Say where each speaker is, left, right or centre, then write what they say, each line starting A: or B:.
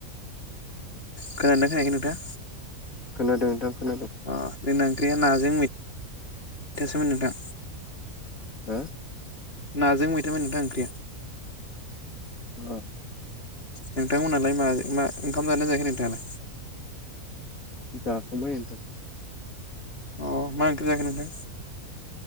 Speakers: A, on the left; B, on the left.
A: खोनादोना खोनाखै नोंथाङा
B: खोनादों नोंथां खोनादों
A: अ जोंना ओंख्रिया नाजों मैथासोमोन नोंथां
B: हो
A: नाजों मैथामोन नोंथां ओंख्रिया
B: औ
A: नोंथांमोनहालाय मा मा ओंखाम जादोना जायाखै नोंथाङालाय
B: जाखांबाय नोंथां
A: अ मा ओंख्रि जाखो नोंथां